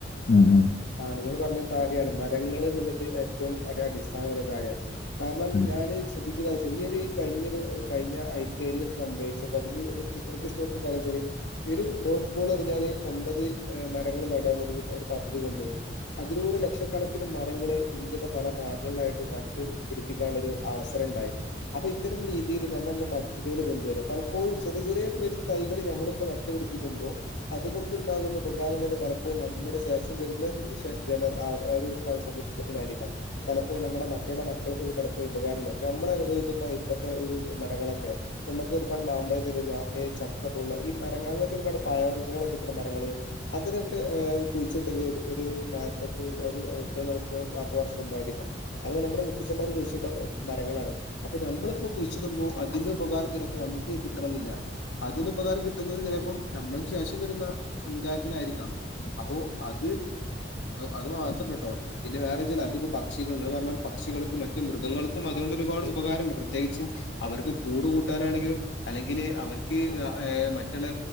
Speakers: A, on the left; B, on the left.
A: ഉം, ഉം,
B: ആ നിങ്ങള് പറ കാര്യാണ് മരങ്ങള് എന്നുള്ളത് ഏറ്റവും അടിസ്ഥാന കാര്യാ കാരണം
A: ഉം.
B: ഞാനീ ശ്രെദ്ദിച്ച ചെറിയൊരി കഴിഞ്ഞൊരു കഴിഞ്ഞ ഐ പി എല്ലു സംഭവിച്ചപ്പോ അതില് എനക്ക് ഇഷ്ടപ്പെട്ടൊരു കാര്യം ഒരു ഡോട്ട്ബോളെറിഞ്ഞാല് ഒമ്പതെ ഏ മരങ്ങളു നടാവുന്നൊരു ഒരു പദ്ധതി കൊണ്ടുവന്നു അതിലൂടെ ലക്ഷക്കണക്കിന് മരങ്ങളെ ഇന്ത്യയുടെ പല ഭാഗങ്ങളിലായിട്ടെ നട്ടെ പിടിപ്പിക്കാനുള്ളൊരു അവസരം ഉണ്ടായി അപ്പം ഇത്തരം രീതിൽ നല്ല പദ്ധതികളെ കൊണ്ടുവരാ പലപ്പോഴും ചെറിയ ചെറിയ പേരെ തൈകൾ നമ്മളിപ്പോ നട്ടുപിടിപ്പിക്കുമ്പോൾ അതുകൊണ്ട് ണ്ടാകുന്ന ഉപകാരങ്ങളെ പലപ്പോഴും നമ്മുടെ ശേഷം വരുന്ന ജനത സമൂഹത്തിനായിരിക്കും പലപ്പോു നമ്മുടെ മക്കളുടെ മക്കൾക്ക് പലപ്പോും ഉപകാര നമ്മൾ അനുഭവിക്കുന്ന ഇപ്പഴത്തെ ഒരു മര നമുക്ക് ഒരുപാട് മാമ്പയം തരുന്ന അതെ ചക്കപോലുള്ള ഈ മരങ്ങാങ്ങൾ ഒരുപാ പായൃഗ കിട് മരങ്ങള് അതിനൊക്കെ കുഴിച്ചിട്ടത് ഒരു നാല്പതെ മുപ്പതെ മുപ്പതെ അമ്പർഷം മുമ്പാരിക്കും അത് നമ്മുടെ മുത്തച്ഛന്മാരെ കുഴിച്ചിട്ട മരങ്ങളാണ് അപ്പൊ നമ്മളിപ്പോ കുഴിച്ചിടുമ്പോ അതിന്റെ ഉപകാരം ചിലപ്പോ നമുക്ക് കിട്ടണന്നില്ല അതിന്റെ ഉപകാരം കിട്ടുന്നത് ചിലപ്പോം നമ്മൾക്ക് ശേഷം വരുന്ന സമുദായത്തിനായിരിക്കാം അപ്പൊ അത് അത് മാത്രല്ല കേട്ടോ പിന്നെ വേറേചില അതിപ്പോ പക്ഷികൾ നിങ്ങൾ പറഞ്ഞപോലെ പക്ഷികളെ മറ്റു മൃഗങ്ങൾക്കും അതുകൊണ്ട് ഒരുപാട് ഉപകാരമുണ്ട് പ്രത്യേകിച്ച് അവർക്ക് കൂട് കൂട്ടാനാണെങ്കിലും അല്ലെങ്കിലെ അവർക്ക്ഈ ഏ മറ്റുള്ള